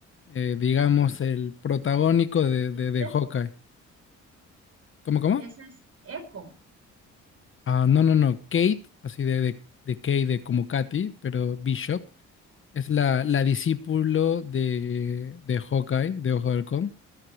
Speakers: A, on the left; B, on the right.
A: eh, digamos, el protagónico de, de,
B: Ese es
A: de
B: Echo.
A: Hawkeye. ¿Cómo, cómo?
B: Ese es Echo.
A: Ah, no, no, no. Kate, así de, de, de Kate, de como Katy, pero Bishop, es la, la discípulo de, de Hawkeye, de Ojo de Halcón.